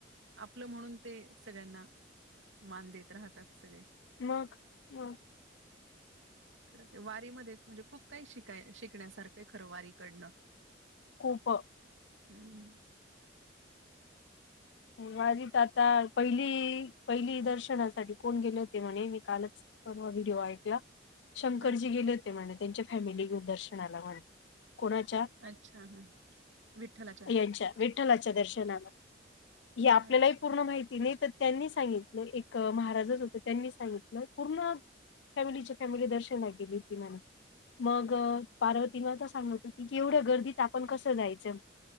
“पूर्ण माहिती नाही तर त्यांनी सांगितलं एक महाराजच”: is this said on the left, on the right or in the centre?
Left